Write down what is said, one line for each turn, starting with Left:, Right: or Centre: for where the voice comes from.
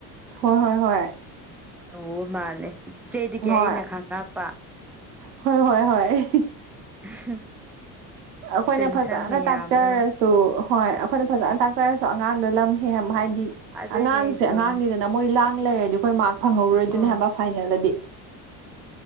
Right: ꯍꯣꯏ ꯍꯣꯏ ꯍꯣꯏ
Centre: ꯂꯨꯕ ꯃꯥꯜꯂꯦ ꯏꯆꯦꯗꯒꯤ
Right: ꯍꯣꯏ
Centre: ꯑꯩꯅ ꯈꯪꯉꯛꯄ
Right: ꯍꯣꯏ ꯍꯣꯏ ꯍꯣꯏ
Centre: <unintelligible>
Right: ꯑꯩꯈꯣꯏꯅ
Centre: ꯇꯦꯟꯁꯟ
Right: ꯐꯖꯅ
Centre: ꯃꯌꯥꯝꯗꯣ
Right: ꯇꯥꯛꯆꯔꯁꯨ ꯍꯣꯏ ꯑꯩꯈꯣꯏꯅ ꯐꯖꯅꯥꯛꯆ ꯆꯆꯔꯁꯨ ꯑꯉꯥꯡꯗꯣ ꯂꯝ ꯍꯦꯟ ꯍꯥꯏꯗꯤ
Centre: ꯑꯗꯨꯅꯦ
Right: ꯑꯉꯥꯡꯁꯦ
Centre: ꯆꯨꯝꯃꯦ
Right: ꯑꯉꯥꯡꯅꯤ ꯅ ꯃꯣꯏ ꯂꯥꯡ ꯂꯩꯔꯗꯤ ꯑꯩꯈꯣꯏ ꯃꯥꯔꯛ ꯐꯪꯍꯧꯔꯣꯏꯗꯣꯏꯅꯦ
Centre: ꯍꯣꯏ
Right: ꯍꯥꯏꯕ ꯐꯥꯏꯅꯦꯜꯗꯗꯤ